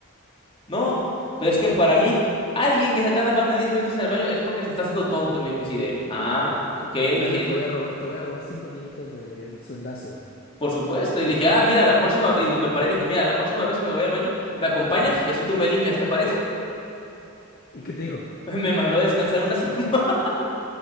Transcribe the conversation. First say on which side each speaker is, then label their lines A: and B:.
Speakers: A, on the left; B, on the left.
A: no, pero es que para mí, alguien que se tarda más de 10 minutos en el baño es porque se está haciendo tonto. Y me quedé así de, ah, ok,
B: Claro,
A: dije,
B: y te voy a robar, te voy a robar cinco minutos de- del sueldazo.
A: por supuesto. Y le dije, ah, mira, la próxima, y me paré y dije, mira, la próxima vez que me vaya al baño, me acompañas y así tú me limpias, ¿te parece?
B: ¿Y qué te digo?
A: <laughs> Me mandó a descansar una semana. <laughs>